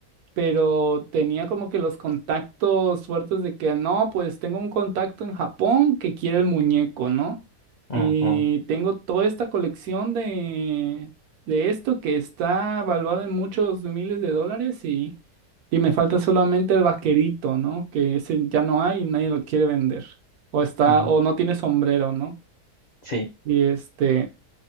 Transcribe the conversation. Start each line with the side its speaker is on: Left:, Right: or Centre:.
Right: pero tenía como que los contactos fuertes de que no, pues tengo un contacto en Japón que quiere el muñeco, ¿no?
Left: Ujú,
Right: Y tengo toda esta colección de, de esto que está valuada en muchos miles de dólares y, y me falta solamente el vaquerito, ¿no? Que ese ya no hay y nadie lo quiere vender. O está,
Left: ujú,
Right: o no tiene sombrero, ¿no?
Left: Sí.
Right: Y este.